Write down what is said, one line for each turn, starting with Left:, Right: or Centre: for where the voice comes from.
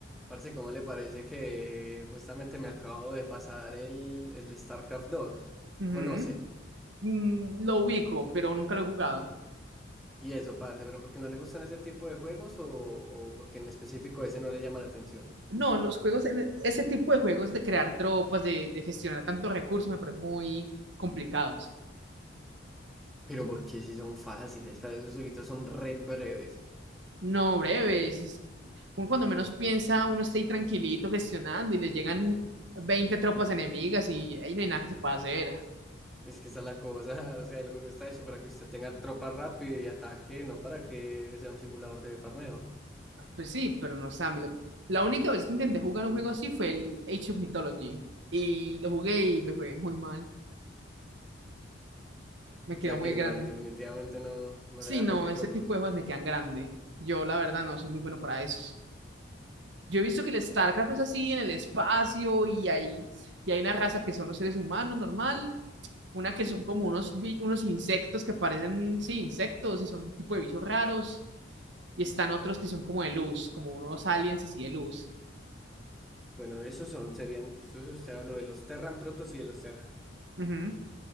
Centre: Parce, ¿cómo le parece que justamente me acabo de pasar el, el StarCraft 2?
Right: Ujú.
Centre: Conoce.
Right: Mm, Lo ubico, pero nunca lo he jugado.
Centre: Y eso, parce, pero ¿por qué no le gustan ese tipo de juegos o, o porque en específico ese no le llama la atención?
Right: No, los juegos, en- ese tipo de juegos de crear tropas, de, de gestionar tantos recursos, me parecen muy complicados.
Centre: Pero porque sí son fáciles, parce, esos jueguitos son re breves.
Right: No, breves. es- uno cuando menos piensa, uno está ahí tranquilito gestionando y le llegan 20 tropas enemigas y ahí no hay nada que se pueda hacer.
Centre: Es que esa es la cosa, <laughs> o sea, el juego está hecho para que usted tenga tropa rápida y ataque, no para que sea un simulador de farmeo. <laughs>
Right: Pues sí, pero no sé. a mí lo- La única vez que intenté jugar un juego así fue el Age of Mythology y lo jugué y me fue muy mal. Me quedó
Centre: O sea
Right: muy
Centre: que
Right: grande.
Centre: no, en- definitivamente no, no
Right: Sí,
Centre: le da
Right: no,
Centre: para sus
Right: ese
Centre: juegos.
Right: tipo de juegos me quedan grande. Yo, la verdad, no soy muy bueno para esos. Yo he visto que el StarCraft es así en el espacio y hay, y hay una raza que son los seres humanos normal, una que son como unos, bi- unos insectos que parecen, sí, insectos y son un tipo de bichos raros. Y están otros que son como de luz, como unos aliens así de luz.
Centre: Bueno, esos son, serían, entonces usted habló de los Terran Protoss y de los Zerg.
Right: Ujú.